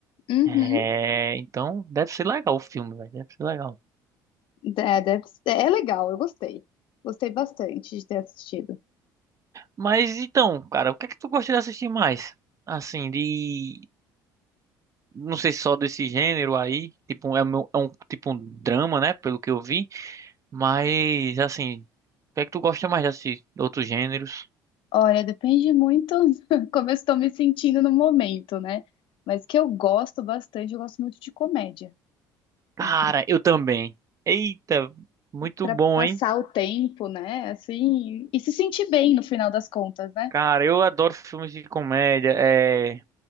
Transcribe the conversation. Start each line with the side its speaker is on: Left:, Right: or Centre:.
Left: Uhum.
Right: É, então deve ser legal o filme, velho, deve ser legal.
Left: É, deve ser- é legal, eu gostei. Gostei bastante de ter assistido.
Right: Mas então, cara, o que é que tu gosta de assistir mais? Assim, de não sei se só desse gênero aí, tipo, é um, é um tipo um drama, né, pelo que eu vi, mas assim, o que é que tu gosta mais de assistir? Outros gêneros?
Left: Olha, depende muito <laughs> como eu estou me sentindo no momento, né? Mas que eu gosto bastante, eu gosto muito de comédia.
Right: Cara,
Left: Assim,
Right: eu também. Eita, muito
Left: para
Right: bom,
Left: passar
Right: hein?
Left: o tempo, né? Assim, e se sentir bem no final das contas, né?
Right: Cara, eu adoro filmes de comédia, é,